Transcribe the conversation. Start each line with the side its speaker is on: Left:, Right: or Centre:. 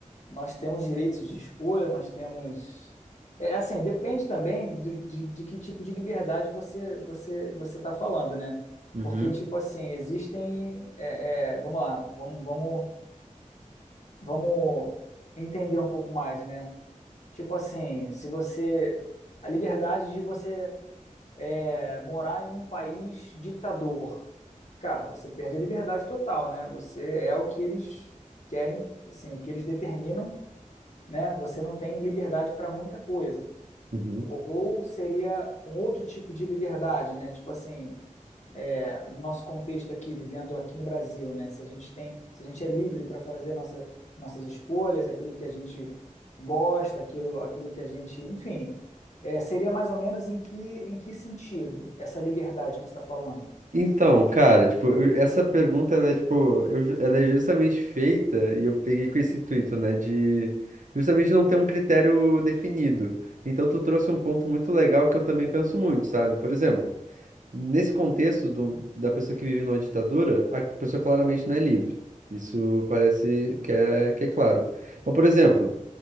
Left: nós temos direitos de escolha, nós temos. É, assim, depende também do- de, de que tipo de liberdade você você você está falando, né?
Right: Uhum.
Left: Porque, tipo assim, existem. é, é, vamos lá, vamos, vamos, vamos entender um pouco mais, né? Tipo assim, se você. A liberdade de você é, morar em um país ditador. Cara, você perde a liberdade total, né? Você é o que eles querem, assim, o que eles determinam né? Você não tem liberdade para muita coisa.
Right: uhum.
Left: Ou seria um outro tipo de liberdade, né? Tipo assim, é, do nosso contexto aqui, vivendo aqui no Brasil, né? Se a gente tem, se a gente é livre para fazer nossa, nossas escolhas, aquilo que a gente gosta, aquilo, aquilo que a gente, enfim, é, seria mais ou menos em que, em que sentido essa liberdade que você está falando?
Right: Então, cara, tipo, eu- essa pergunta, ela é, tipo, eu ju- ela é justamente feita, e eu peguei com esse intuito, né, de justamente não ter um critério definido. Então, tu trouxe um ponto muito legal que eu também penso muito, sabe? Por exemplo, nesse contexto do- da pessoa que vive numa ditadura, a pessoa claramente não é livre. Isso parece que é, que é claro. Mas, por exemplo,